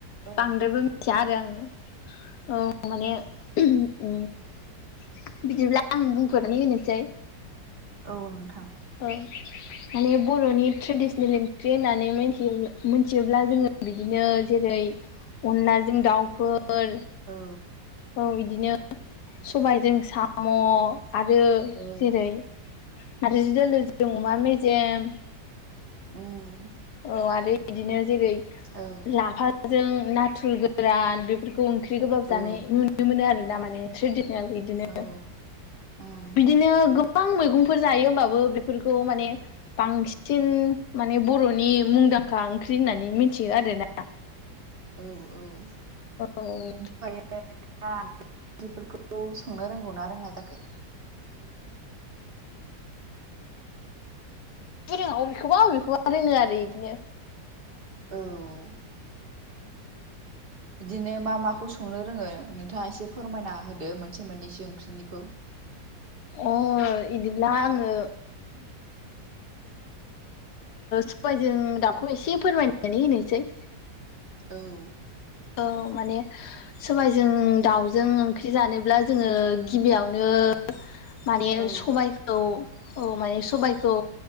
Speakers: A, on the right; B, on the left.
A: औ
B: बांद्रायबो
A: औ
B: मिथिया आरो आङो औ माने बिदिब्ला आं बुंफोरनानै होनोसै
A: औ नोंथां।
B: औ माने बर'नि ट्रेडिसनेल ओंख्रि होननानैथि मिथियोब्ला जोङो बिदिनो जेरै अनलाजों दाउफोर
A: औ
B: औ बिदिनो सबायजों साम' आरो
A: औ
B: जेरै नारजि दोलोजों अमा मेजेम
A: ओम
B: औ आरो इदिनो जेरै
A: औ
B: लाफाजों नाथुर गोरान बेफोरखौ ओंख्रि गोबाब जानाय
A: औ
B: नुनो मोनो आरो ना माने ट्रेडिसनेल इदिनो,
A: औ ओं
B: बिदिनो गोबां मैगंफोर जायो होमबाबो बेफोरखौ माने बांसिन माने बर'नि मुंदांखा ओंख्रि होननानै मिथियो आरोना।
A: औ औ
B: औ
A: ओमफ्रायो नोथाङा बेफोरखौ संनो रोंगौ ना रोङा जाखो।
B: रोङा अबेखौबा अबेखौबा रोङो आरो इदिनो।
A: औ बिदिनो मा माखौ संनो रोङो नोंथाङा एसे फोरमायना होदो मोनसे मोननैसो ओंख्रिनिखौ
B: अ इदिब्ला आङो सबायजों दावखौ एसे फोरमायनानै होनोसै।
A: औ
B: औ माने सबायजों दाउजों ओंख्रि जानोब्ला जोङो गिबियावनो माने
A: औ
B: सबायखौ औ माने सबायखौ